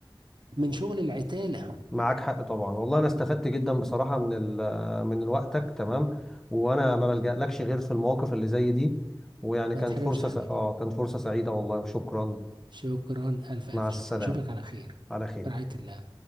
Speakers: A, on the right; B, in the centre.
A: من شغل العتاله
B: معاك حق طبعا والله انا استفدت جدا بصراحه من ال من وقتك تمام وانا ما بلجألكش غير في المواقف اللي زي دي ويعني
A: ما
B: كانت
A: تحرمش
B: فرصه
A: يا حبيبي
B: س... اه كانت فرصه سعيده والله وشكرا
A: شكرا الف الف
B: مع السلامه
A: شكرا نشوفك على خير
B: على خير
A: في رعايه الله